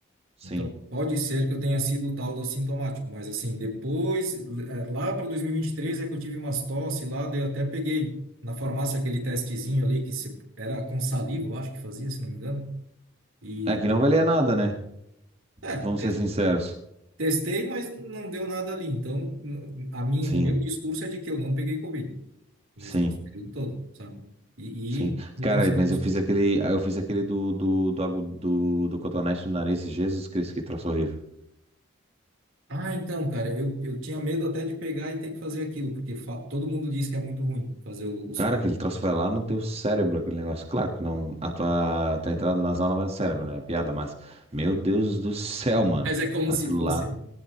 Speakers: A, on the right; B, on the right.
A: Sim.
B: Então, pode ser que eu tenha sido o tal do assintomático, mas assim, depois, eh, lá para 2023 é que eu tive umas tosse lá, daí eu até peguei na farmácia aquele testezinho ali que se- era com saliva, eu acho que fazia, se não me engano. E
A: É que não valia nada, né? Vamos
B: é,
A: ser sinceros.
B: testei, mas não deu nada ali. Então, n- a minha,
A: Sim,
B: o meu discurso é de que eu não peguei Covid nesse,
A: sim,
B: nesse período todo, sabe? E,
A: sim.
B: e me
A: Cara,
B: considero
A: mas
B: exposto.
A: eu fiz aquele, eu fiz aquele do, do, do, agu- do, do cotonete no nariz, Jesus Cristo, que troço horrível.
B: Ah, então, cara, eu, eu tinha medo até de pegar e ter que fazer aquilo, porque fa- todo mundo diz que é muito ruim fazer o, o swab,
A: Cara, aquele
B: né?
A: troço vai lá no teu cérebro, aquele negócio. Claro que não, a tua, tua entrada nasal não vai no cérebro, né? É piada, mas. Meu Deus do céu, mano.
B: Mas é como
A: Aquilo
B: se fosse,
A: lá.
B: né?